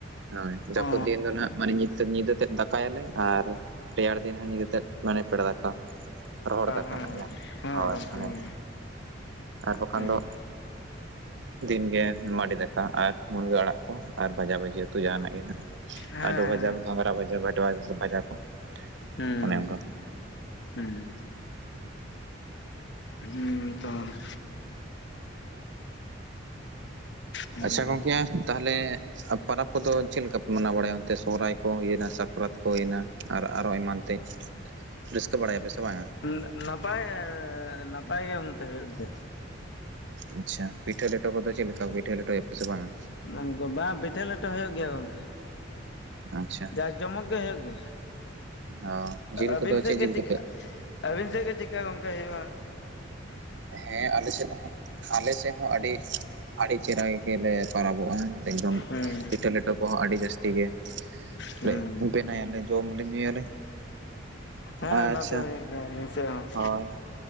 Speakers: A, on the right; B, on the left.
A: ᱦᱳᱭ
B: ᱚ
A: ᱡᱟᱹᱯᱩᱫ ᱫᱤᱱ ᱫᱚ ᱱᱟᱦ, ᱢᱟᱱᱮ ᱧᱤᱛ ᱛᱮ ᱧᱤᱫᱟᱹ ᱛᱮᱫ ᱫᱟᱠᱟᱭᱟᱞᱮ, ᱟᱨ ᱨᱮᱭᱟᱲ ᱫᱤᱱ ᱦᱟᱜ ᱧᱤᱫᱟᱹᱛᱮᱫ᱾ ᱢᱟᱱᱮ ᱯᱮᱲᱟ ᱫᱟᱠᱟ, ᱨᱚᱦᱚᱲ ᱫᱟᱠᱟ
B: ᱦᱮᱸ ᱦᱮᱸ
A: ᱦᱳᱭ
B: ᱜᱚᱝᱠᱮ
A: ᱚᱱᱮ
B: ᱦᱮᱸ
A: ᱟᱨ ᱵᱟᱠᱷᱟᱱ
B: ᱦᱮᱸ
A: ᱫᱚ, ᱫᱤᱱᱜᱮ ᱢᱟᱰᱤ ᱫᱟᱠᱟ᱾ ᱫᱟᱠᱟ ᱟᱨ ᱢᱩᱱᱜᱟᱹ ᱟᱲᱟᱜ ᱠᱚ, ᱟᱨ ᱵᱷᱟᱡᱟ ᱵᱷᱟᱹᱡᱤ ᱩᱛᱩ ᱡᱟᱦᱟᱱᱟᱜ ᱜᱮ ᱦᱟᱸᱜ᱾
B: ᱦᱮᱸ
A: ᱟᱞᱩ ᱵᱷᱟᱡᱟ, ᱜᱷᱚᱝᱨᱟ ᱵᱷᱟᱡᱟ, ᱵᱷᱟᱰᱣᱟ ᱤᱥᱤᱱ ᱵᱷᱟᱡᱟ ᱠᱚ᱾
B: ᱦᱩᱸ,
A: ᱚᱱᱮ ᱚᱱᱠᱟ
B: ᱦᱮᱸ, ᱦᱩᱸ ᱛᱚ ᱾ ᱦᱮᱸ
A: ᱟᱪᱪᱷᱟ ᱜᱚᱝᱠᱮ ᱛᱟᱦᱚᱞᱮ ᱟᱨ ᱯᱚᱨᱟᱽ ᱠᱚᱫᱚ ᱪᱮᱫ ᱞᱮᱠᱟ ᱯᱮ ᱢᱟᱱᱟᱣ ᱵᱟᱲᱟᱭᱟ ᱚᱱᱛᱮ, ᱥᱚᱦᱚᱨᱟᱭ ᱠᱚ ᱦᱩᱭᱮᱱᱟ ᱥᱟᱠᱨᱟᱛ ᱠᱚ ᱦᱩᱭᱮᱱᱟ? ᱟᱨ ᱟᱨᱚ ᱮᱢᱟᱱ ᱛᱮᱫ, ᱨᱟᱹᱥᱠᱟᱹ ᱵᱟᱲᱟᱭᱟᱯᱮ ᱥᱮ ᱵᱟᱝ?
B: ᱦᱩᱜ ᱱᱟᱯᱟᱭ ᱮ ᱱᱟᱯᱟᱭ ᱜᱮ ᱜᱚᱝᱠᱮ ᱦᱳᱭᱳᱜ ᱜᱮᱭᱟ ᱾
A: ᱟᱪᱪᱷᱟ ᱯᱤᱴᱷᱟᱹ ᱞᱮᱴᱚ ᱠᱚᱫᱚ ᱪᱮᱫ ᱞᱮᱠᱟ, ᱯᱤᱴᱷᱟᱹ ᱞᱮᱴᱚᱭᱟ ᱯᱮ ᱥᱮ ᱵᱟᱝᱟ?
B: ᱜᱚᱝᱠᱮ ᱵᱟᱝ ᱯᱤᱴᱷᱟᱹ ᱞᱮᱴᱚ ᱦᱳᱭᱳᱜ ᱜᱮᱭᱟ ᱜᱚᱝᱠᱮ᱾
A: ᱟᱪᱪᱷᱟ
B: ᱡᱟᱠ ᱡᱚᱢᱚᱠ ᱜᱮ ᱦᱳᱭᱳᱜ ᱜᱮᱭᱟ,
A: ᱚ ᱡᱤᱞ
B: ᱟᱹᱵᱤᱱ
A: ᱠᱚᱫᱚ
B: ᱥᱮᱫ
A: ᱪᱮᱫ ᱡᱤᱞ
B: ᱜᱮ ᱪᱤᱠᱟᱹ?
A: ᱠᱚᱯᱮ
B: ᱟᱹᱵᱤᱱ ᱥᱮᱫ ᱜᱮ ᱪᱮᱠᱟ ᱜᱚᱝᱠᱮ ᱦᱳᱭᱳᱜᱼᱟ᱾
A: ᱦᱮᱸ ᱟᱞᱮ ᱥᱮᱫ ᱦᱚᱸ ᱟᱞᱮ ᱥᱮᱫ ᱦᱚᱸ, ᱟᱹᱰᱤ ᱟᱹᱰᱤ ᱪᱮᱨᱦᱟ ᱜᱮᱞᱮ ᱯᱟᱨᱟᱚᱵᱚᱜᱼᱟ᱾ ᱮᱠᱫᱚᱢ
B: ᱦᱩᱸ
A: ᱯᱤᱴᱷᱟᱹ ᱞᱮᱴᱚ ᱠᱚᱦᱚᱸ, ᱟᱹᱰᱤ ᱡᱟᱹᱥᱛᱤ ᱜᱮ
B: ᱦᱩᱸ
A: ᱞᱮ ᱵᱮᱱᱟᱭᱟᱞᱮ᱾ ᱡᱚᱢᱟᱞᱮ ᱧᱩᱭᱟᱞᱮ,
B: ᱦᱮᱸ
A: ᱟᱪᱪᱷᱟ
B: ᱚᱱᱟ ᱫᱚ ᱦᱩᱭᱩᱜ ᱜᱮᱭᱟ ᱟᱹᱞᱤᱧ ᱥᱮᱫ ᱦᱚᱸ
A: ᱦᱚᱭ᱾